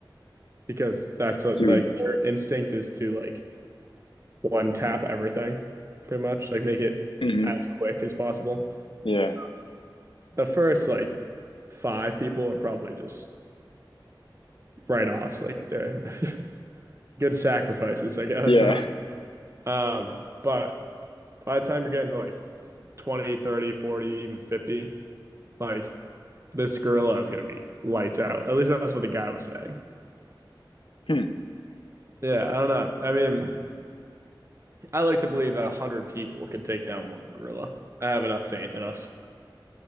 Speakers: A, on the right (about 35°); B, on the left (about 85°).
A: because that's what
B: He
A: like
B: would
A: their instinct is to like one tap everything, pretty much like make it
B: hmm
A: as quick as possible.
B: Yeah.
A: So the first like five people are probably just write offs. Like they're <laughs> good sacrifices, I guess.
B: Yeah.
A: <laughs> um, but by the time you're getting to like 20, 30, 40, even 50, like this gorilla is going to be lights out. At least that's what the guy was saying.
B: Hmm.
A: Yeah, I don't know. I mean, I like to believe that 100 people could take down one gorilla. I have enough faith in us.